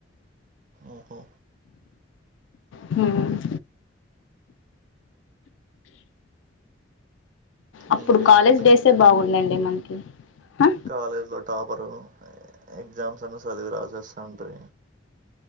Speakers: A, on the right; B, on the left.
A: ఓహో
B: హ్మ్ అప్పుడ్
A: మీరేమనండి
B: కాలేజ్ డేసే బాగుండండి మనకి హ
A: కాలేజ్ లో టాపరూ ఎగ్జామ్స్ అన్ని చదివి రాసేస్తాండీ